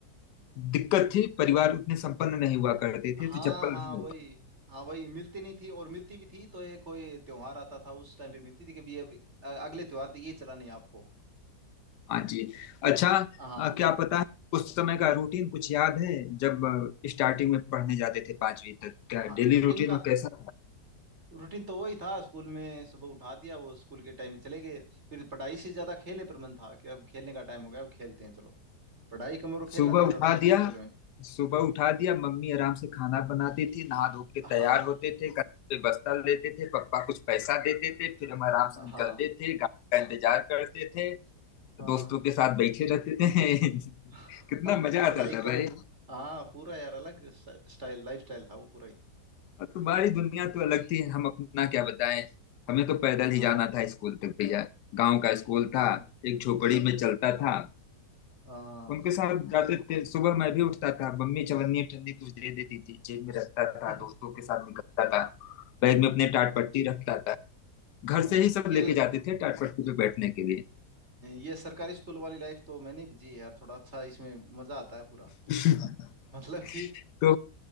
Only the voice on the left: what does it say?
दिक्कत थी परिवार उतने संपन्न नहीं हुआ करते
थे तो चप्पल
नहीं मिल
पा
हाँ जी अच्छा
अ, क्या पता है उस समय का रूटीन कुछ याद है जब स्टार्टिंग में पढ़ने जाते थे पांचवी तक क्या
डेली
रूटीन
में कैसा था?
सुबह
उठा
दिया
सुबह उठा दिया मम्मी आराम से खाना बनाती थी नहा धो के
तैयार होते थे कंधे पे बस्ता लेते थे पापा कुछ पैसा देते थे फिर हम आराम से
निकलते थे गाड़ी का इंतजार करते थे
दोस्तों के साथ बैठे रहते थे <laughs>
कितना
मजा
आता था
भाई
और तुम्हारी दुनिया तो अलग थी हम अपना क्या बताएं हमें तो पैदल ही
जाना था स्कूल तक भैया गांव का स्कूल
था एक झोपड़ी में चलता था
उनके साथ जाते थे सुबह मैं भी उठता था मम्मी चवन्नी ठंडी कुछ दे देती थी जेब में रखता था
दोस्तों के साथ निकलता था बैग में अपने टाट पट्टी रखता था घर
से ही सब
लेके
जाते थे टाट पट्टी पे बैठने के लिए
<laughs>
तो